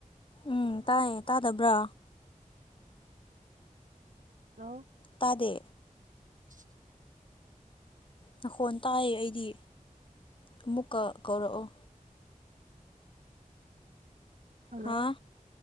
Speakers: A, on the left; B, on the right.
A: ꯎꯝ
B: ꯍꯜꯂꯣ
A: ꯇꯥꯏꯌꯦ ꯇꯥꯗꯕ꯭ꯔꯥ
B: ꯍꯜꯂꯣ
A: ꯇꯥꯗꯦ
B: <unintelligible>
A: ꯅꯈꯣꯟ ꯇꯥꯏꯌꯦ ꯑꯩꯗꯤ ꯑꯃꯨꯛꯀ ꯀꯧꯔꯛꯑꯣ
B: ꯍꯜꯂꯣ
A: ꯍꯥꯥ